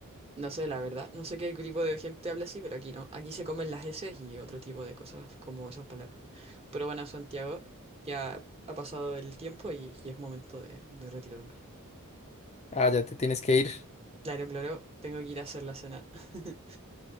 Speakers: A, on the right (about 25°); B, on the left (about 30°).
A: No sé, la verdad. No sé qué tipo de gente habla así, pero aquí no. Aquí se comen las heces y otro tipo de cosas como esas palabras. Pero bueno, Santiago, ya ha pasado el tiempo y, y es momento de, de retirarme.
B: Ah, ya te tienes que ir.
A: Claro, claro, tengo que ir a hacer la cena. <laughs>